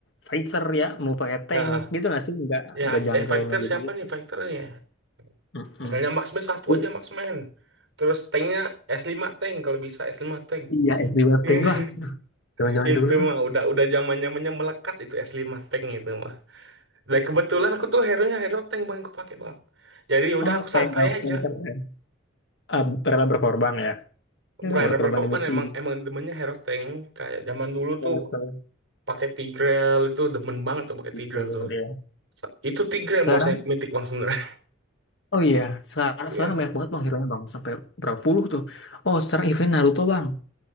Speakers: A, on the left; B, on the right.
A: fighter ya, mau pakai tank
B: Nah,
A: gitu nggak sih? Nggak
B: Ya,
A: nggak jungle
B: eh fighter
A: nggak gitu
B: siapa
A: gitu.
B: nih fighternya?
A: Mm-mm.
B: Misalnya Maxman satu
A: Tuh,
B: aja Maxman. Terus tanknya s lima tank kalau bisa s lima tank.
A: Iya, SD Warting
B: <laughs>
A: wah, zaman-zaman
B: Itu
A: dulu tuh.
B: mah udah udah zaman zamannya melekat itu s lima tank itu mah. Dan kebetulan aku tuh hero-nya hero tank bang aku pakai bang. Jadi udah
A: Oh,
B: aku
A: tank,
B: santai
A: oh,
B: aja.
A: tank keren. Ah, rela berkorban ya, rela
B: Bukan
A: berkorban
B: rubber korban
A: demi tim.
B: emang emang demennya hero tank kayak zaman dulu
A: Rela
B: tuh
A: berkorban.
B: pakai Tigreal itu demen banget tuh pakai
A: Gitu,
B: Tigreal tuh.
A: ya.
B: Itu Tigreal yang
A: Sekarang,
B: buat saya mitik bang sebenarnya. <laughs>
A: oh iya, sekarang,
B: Iya.
A: sekarang banyak banget bang hero bang, sampai berapa puluh tuh. Oh, sekarang event Naruto bang,